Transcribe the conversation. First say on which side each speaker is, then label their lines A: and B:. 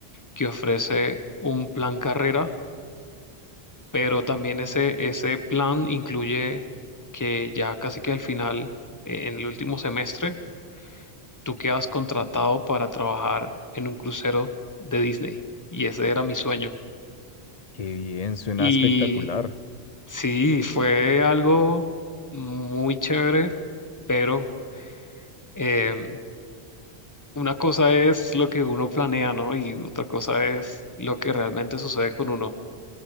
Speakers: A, on the left; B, on the left.
A: que ofrece un plan carrera, pero también ese, ese plan incluye que ya casi que al final, e, en el último semestre, tú que has contratado para trabajar en un crucero de Disney. Y ese era mi sueño.
B: qué bien, suena
A: Y
B: espectacular.
A: sí, fue algo muy chévere, pero em, una cosa es lo que uno planea, ¿no? Y otra cosa es lo que realmente sucede con uno.